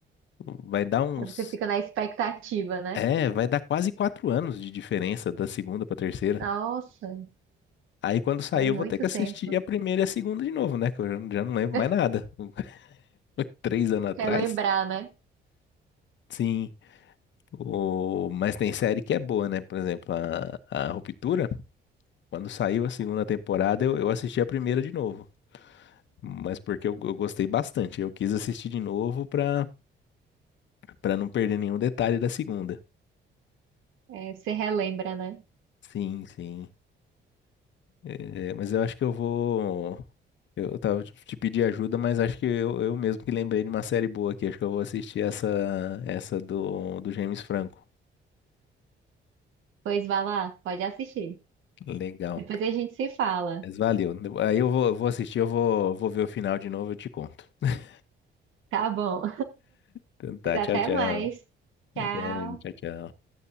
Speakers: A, on the left; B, on the right.
A: Vai dar uns.
B: Aí você fica na expectativa, né?
A: É, vai dar quase quatro anos de diferença da segunda pra terceira.
B: Nossa,
A: Aí quando sair
B: é muito
A: eu vou ter que
B: tempo.
A: assistir a primeira e a segunda de novo, né, que eu já, já não lembro
B: <laughs>
A: mais nada. <laughs> Três anos atrás?
B: Relembrar, né?
A: Sim. O... Mas tem série que é boa, né? Por exemplo, a, a Ruptura, quando saiu a segunda temporada, eu, eu assisti a primeira de novo. Mas porque eu, eu gostei bastante. Eu quis assistir de novo pra, pra não perder nenhum detalhe da segunda.
B: É, você relembra, né?
A: Sim, sim. É, mas eu acho que eu vou. Eu tava te te pedir ajuda, mas acho que eu, eu mesmo que lembrei de uma série boa aqui. Acho que eu vou assistir essa, essa do, do James Franco.
B: Pois vai lá, pode assistir.
A: Legal.
B: Depois a gente se fala.
A: Mas valeu. Aí eu vou, eu vou assistir, eu vou, vou ver o final de novo, eu te conto. <laughs>
B: Tá bom.
A: Então tá,
B: Pois até
A: tchau, tchau.
B: mais. Tchau.
A: Até, tchau, tchau.